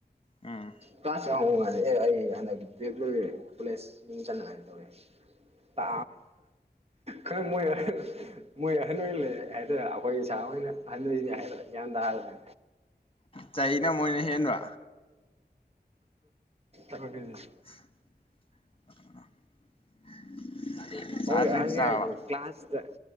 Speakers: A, on the left; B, on the right.
A: ꯎꯝ
B: ꯀ꯭ꯂꯥꯁ ꯌꯥꯡꯉꯥꯏꯗ ꯑꯦ ꯑꯩ ꯍꯟꯗꯛ ꯇꯨꯌꯦꯂ꯭ꯐ ꯂꯣꯏꯈ꯭ꯔꯦ ꯀꯣꯂꯦꯖ ꯃꯤꯡ ꯆꯟꯅꯉꯥꯏꯅ ꯇꯧꯋꯦ ꯇꯥ ꯈꯔ ꯃꯣꯏ ꯌꯥꯔꯦ ꯃꯣꯏ ꯑꯍꯟ ꯑꯣꯏ ꯂꯩ ꯍꯥꯏꯗꯔ ꯑꯩꯈꯣꯏ ꯏꯁꯥ ꯑꯣꯏꯅ ꯑꯍꯟꯣꯏꯅꯦ ꯍꯥꯏꯗꯣꯔꯥ ꯒ꯭ꯌꯥꯟ ꯇꯥꯗꯔꯦ
A: ꯆꯍꯤꯅ ꯃꯣꯏꯅ ꯍꯦꯟꯕ
B: ꯑꯗꯨꯅꯤꯅꯦ
A: <unintelligible> ꯆꯥꯗ꯭ꯔꯤ
B: ꯑꯩ ꯑꯍꯟꯅꯤ
A: ꯆꯥꯕ
B: ꯍꯥꯏꯁꯦ ꯀ꯭ꯂꯥꯁꯇ